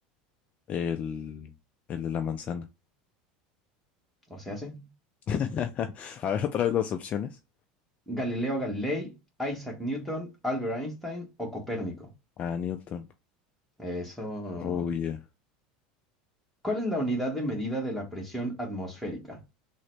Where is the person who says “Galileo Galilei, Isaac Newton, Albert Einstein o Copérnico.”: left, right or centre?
Centre